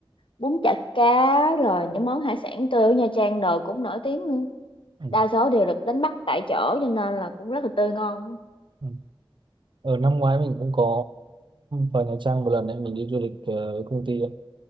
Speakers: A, on the left; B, on the right.
A: bún chả cá rồi những món hải sản tươi ở Nha Trang đồ cũng nổi tiếng nữa
B: Ừ.
A: đa số đều được đánh bắt tại chỗ cho nên là cũng rất là tươi ngon
B: Ừ. Ở năm ngoái mình cũng có vào Nha Trang một lần đấy mình đi du lịch ờ, với công ty ấy.